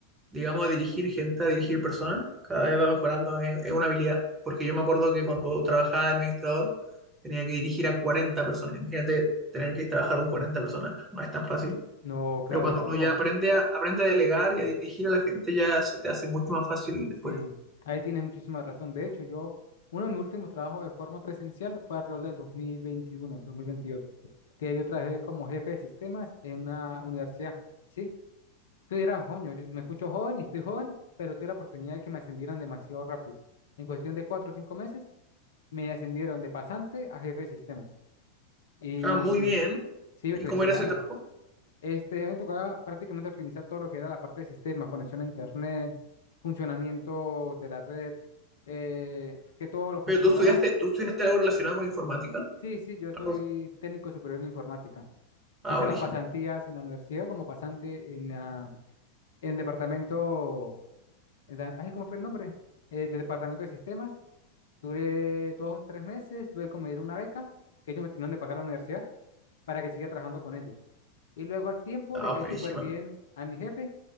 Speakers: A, on the right; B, on the left.
A: digamos, a dirigir gente, a dirigir personas, cada vez va mejorando, es, es una habilidad, porque yo
B: Cl-
A: me acuerdo que cuando trabajaba de administrador tenía que dirigir a 40 personas, imagínate tener que trabajar con 40 personas, no es tan fácil,
B: No, claro,
A: pero cuando
B: es como,
A: uno ya aprende a, aprende a delegar y a dirigir a la gente, ya se te hace mucho más fácil
B: sí,
A: después.
B: ahí tienes muchísima razón. De hecho, yo, uno de mis últimos trabajos de forma presencial fue alrededor del dos dos mil veintiuno, dos mil veintidós, que yo trabajé como jefe de sistemas en una universidad, ¿sí? Tú dirás, coño, yo me escucho joven y estoy joven, pero tuve la oportunidad de que me ascendieran demasiado rápido. En cuestión de cuatro o cinco meses, me ascendieron de pasante a jefe de sistemas. Y
A: Ah, muy bien,
B: sí, ves
A: ¿y
B: que
A: cómo
B: le eché
A: era
B: ganas.
A: ese trabajo?
B: Este, a mí me tocaba prácticamente organizar todo lo que era la parte de sistemas, conexión a internet, funcionamiento de la red, eh, que todos los computadoras.
A: Pero tú estudiaste, tú estudiaste algo relacionado con informática,
B: Sí, sí, yo soy
A: algo así.
B: técnico superior en informática.
A: Ah,
B: Hice
A: buenísima,
B: las pasantías en la universidad como pasante en, la- en el departamento eh, da- ay, ¿cómo fue el nombre? Eh, del Departamento de Sistemas. Duré dos tres meses, luego me dieron una beca que ellos me tenían de pagar a la universidad para que siga trabajando con ellos. Y luego al tiempo
A: ah,
B: le caí
A: buenísima,
B: súper bien a mi jefe